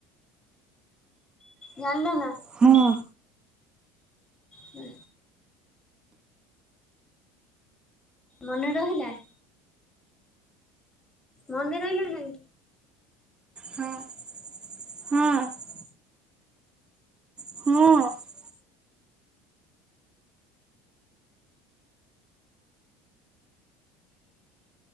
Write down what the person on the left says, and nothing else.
ଜାଣିଲ ନା?
ହଁ। ମନେ ରହିଲା। ମନେ ରହିଲା ନା ନାଇଁ?